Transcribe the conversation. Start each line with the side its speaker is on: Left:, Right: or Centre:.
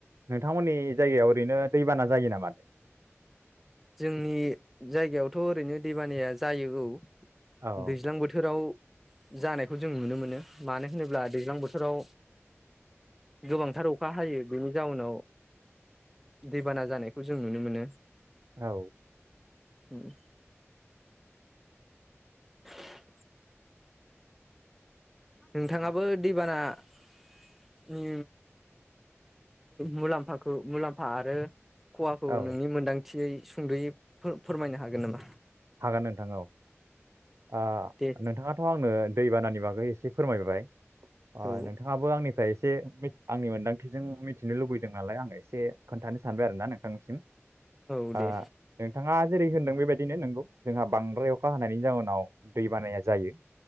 Right: नोंथांमोननि जायगायाव ओरैनो दैबाना जायो नामा दा
Centre: जोंनि जायगायावथ' ओरैनो दैबानाया जायो औ
Right: औ
Centre: दैज्लां बोथोराव जानायखौ जों नुनो मोनो मानो होनोब्ला दैज्लां बोथोराव गोबांथार अखा हायो बेनि जाउनाव दैबाना जानायखौ जों नुनो मोनो
Right: औ
Centre: <inaudible> <inaudible> नोंथाङाबो दैबानानि मुलाम्फाखौ मुलाम्फा आरो खहाखौ
Right: औ
Centre: नोंनि मोनदांथियै सुंद'यै फोर-फोरमायनो हागोन नामा
Right: हागोन नोंथां औ
Centre: दे
Right: नोंथाङाथ' आंनो दैबानानि बागै बेखौ एसे फोरमायबाय ओ
Centre: औ
Right: नोंथाङाबो आंनिफ्राय एसे आंनि मोनदांथिजों मिथिनो लुबैदों नालाय आं एसे खोन्थानो सानबाय आरोना नोंथांनिसिम
Centre: औ दे
Right: ओ नोंथाङा जेरै होन्दों बेबायदिनो नोंगौ जोंहा बांद्राय अखा हानायनि जाउनाव दै बानाया जायो